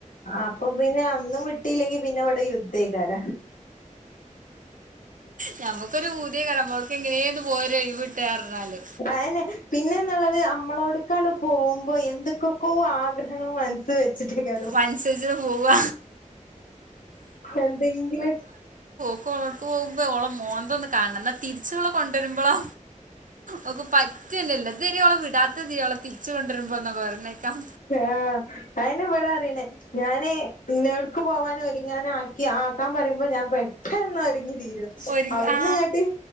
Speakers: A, on the left; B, on the right.
A: അപ്പൊ പിന്നെ അന്നും വിട്ടില്ലെങ്കി പിന്നെ ഇവിടെ യുദ്ധക്കാര
B: ഞമ്മുക്കൊരു ഊതിയ കലമ്പ അവർക്ക് എങ്ങനെയന്ന് പോരോ ഒഴിവിട്ടറഞ്ഞാല്
A: ആന്നെ പിന്നെെന്നുള്ളത് നമ്മളോടുക്കാണ്ട് പോകുമ്പോ എന്തൊക്കൊക്കോ ആഗ്രഹങ്ങൾ മനസ് വെച് ട്ടാര
B: മനസ്സരിച്ചിട്ട് പോവുക
A: എന്തെങ്കിലും
B: കു കൊഴ പോക്പള മോന്താ കാണുന്ന തിരിച് ഓള കൊണ്ടുരുമ്പോളോ ഓക്ക് പറ്റന്നല്ല ഇതരെ ഓളെ വിടാ തിയാളെ തിച്ച് കൊണ്ടിരുമ്പോ എന്ന പ്രണേക്കാം
A: ആഹ് അയിനെവടാറിനെ ഞാന് ഇന്ന എടുക്ക് പോവാനും ഒരുങ്ങാന ആക്കി ആക്കാൻ പറയുമ്പോ ഞാൻ പെട്ടെന്ന് ഒരുങ്ങി തീരും
B: ഒരു
A: അവിടന്ന്ങ്ങാട്ട്
B: ആ